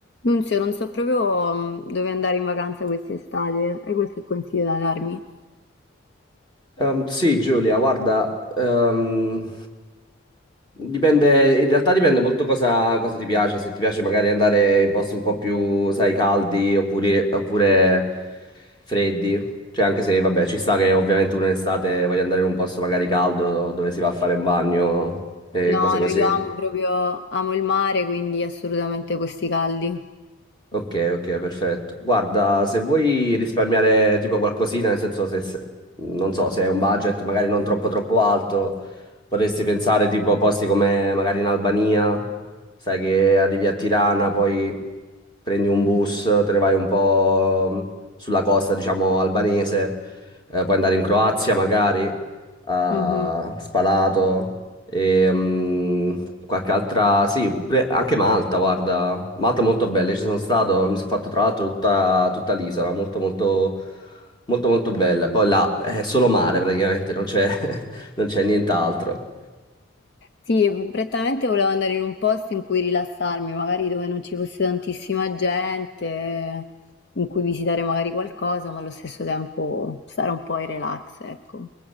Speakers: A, on the left; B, on the left.
A: Nunzio, non so proprio mm, dove andare in vacanza quest'estate. Hai qualche consiglio da darmi?
B: Ehm, sì, Giulia, guarda, ehm, dipende, in realtà dipende molto cosa, cosa ti piace, se ti piace magari andare in posti un po' più, sai, caldi oppure, oppure freddi, cioè anche se, vabbè, ci sta che ovviamente uno in estate voglia andare in un posto magari caldo dove si va a fare un bagno e
A: No,
B: cose così.
A: no, io amo proprio, amo il mare, quindi assolutamente questi caldi.
B: Ok, ok, perfetto. Guarda, se vuoi risparmiare tipo qualcosina, nel senso se, se- non so, se hai un budget magari non troppo troppo alto, potresti pensare tipo a posti come magari in Albania, sai che arrivi a Tirana, poi prendi un bus, te ne vai un po' mm, sulla costa, diciamo, albanese, eh, puoi andare in Croazia magari, a
A: Mhm.
B: Spalato. E, mm, qualche altra, sì, pre- anche Malta, guarda, Malta è molto bella, ci sono stato, mi sono fatto tra l'altro tutta, tutta l'isola, molto molto molto molto bella. Poi là è solo mare praticamente, non c'è <laughs> non c'è nient'altro.
A: Sì, prettamente volevo andare in un posto in cui rilassarmi, magari dove non ci fosse tantissima gente, in cui visitare magari qualcosa, ma allo stesso tempo stare un po' in relax, ecco.